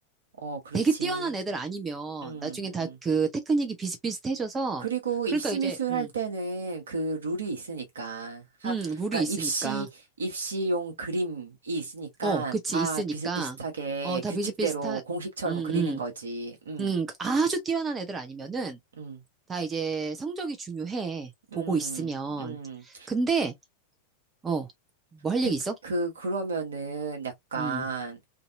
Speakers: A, on the right; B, on the right.
A: 어, 그렇지.
B: 되게 뛰어난 애들 아니면
A: 응,
B: 나중에
A: 응.
B: 다 그 테크닉이 비슷비슷해져서
A: 그리고
B: 그러니까
A: 입시
B: 이제
A: 미술
B: 음,
A: 할 때는 그 룰이 있으니까 하
B: 음, 룰이
A: 그러니까
B: 있으니까
A: 입시 입시용 그림이 있으니까
B: 어, 그치
A: 다
B: 있으니까
A: 비슷비슷하게
B: 어, 다
A: 규칙대로
B: 비슷비슷하
A: 공식처럼
B: 음,
A: 그리는 거지. 음.
B: 음, 음 아주 뛰어난 애들 아니면은
A: 음.
B: 다 이제 성적이 중요해. 보고
A: 음.
B: 있으면.
A: 음.
B: 근데, 어, 뭐 할
A: 그,
B: 얘기 있어?
A: 그 그러면은 약간
B: 음,